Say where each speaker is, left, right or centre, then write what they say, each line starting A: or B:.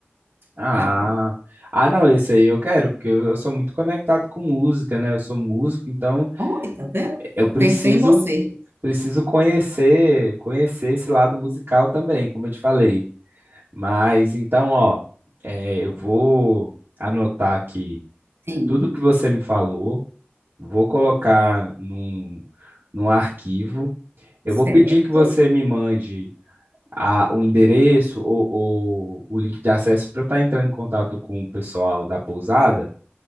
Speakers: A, on the right; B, on the right.
A: Ah,
B: E agora?
A: ah, não, esse aí eu quero, porque eu, eu sou muito conectado com música, né? Eu sou músico, então
B: Olha, tá vendo?
A: eu preciso
B: Pensei em você.
A: preciso conhecer, conhecer esse lado musical também, como eu te falei. Mas então, ó, é, eu vou anotar aqui
B: Sim,
A: tudo que você me falou, vou colocar num, num arquivo. Eu
B: certo,
A: vou pedir que você me mande a, o endereço ou, ou o link de acesso para eu estar entrando em contato com o pessoal da pousada.